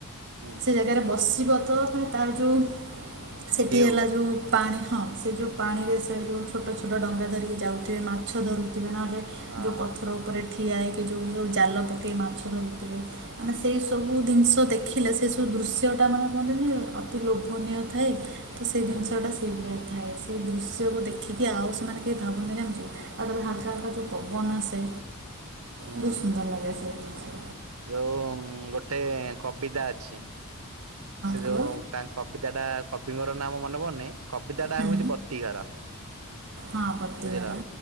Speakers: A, on the right; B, on the right.
A: ହୁଁ
B: ସେ ଜାଗାରେ ବସିବ ତ। ମାନେ ତାର ଯୋଉ, ସେଠି
A: ଭିଉ
B: ହେଲା ଯୋଉ ପାଣି ହଁ। ସେ ଯେଉଁ,
A: ହଁ
B: ପାଣିରେ ସେ ଯେଉଁ ଛୋଟ, ଛୋଟ ଡଙ୍ଗା ଧରିକି ଯାଉଥିବେ। ମାଛ ଧରୁ ଥିବେ ନହେଲେ,
A: ହଁ
B: ଯୋଉ ପଥର ଉପରେ ଠିଆ ହେଇକି ଯୋଉ, ଯୋଉ ଜାଲ ପକେଇ କି ମାଛ ଧଉଥିବେ। ମାନେ ସେଇ ସବୁ ଜିନିଷ ଦେଖିଲେ। ସେ ସବୁ ଦୃଶ୍ୟ ଟା ମାନେ କୁହନ୍ତି, କି ଅତି ଲୋଭନୀୟ ଥାଏ। ତ ସେଇ
A: ହୁଁ
B: ଜିନିଷ ଟା ସେଇଭଳିଆ, ଥାଏ। ସେଇ ଦୃଶ୍ୟକୁ ଦେଖି ଟିକେ ଆଉ, ସେମାନେ କେ ଭାବନା ଜାଣିଛୁ, ଆଉ ତା ଦେହରେ ହାଲକା, ହାଲକା ଯେଉ ପବନ ଆସେ
A: ହୁଁ
B: ବହୁତ ସୁନ୍ଦର ଲାଗେ ସେ ଜିନ୍ସ୍।
A: ଯୋଉ ଗୋଟେ କବିତା ଅଛି। ସେ ଯୋଉ
B: କୁହ
A: ତାଙ୍କ, କବିତାଟା କବିଙ୍କର ନାଁ ମୋର ମନେ ପଡୁନି। କବିତାଟା
B: ହୁଁ
A: ହଉଛି, ବତିଘର।
B: ହଁ ପତିଆରା
A: ବୁଝିଲ।